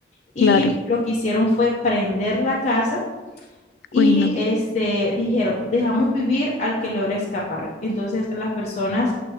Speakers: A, on the left; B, on the left.
A: Y
B: claro,
A: lo que hicieron fue prender la casa y
B: uy, no,
A: este, dijeron, dejamos vivir al que logra escapar. Entonces las personas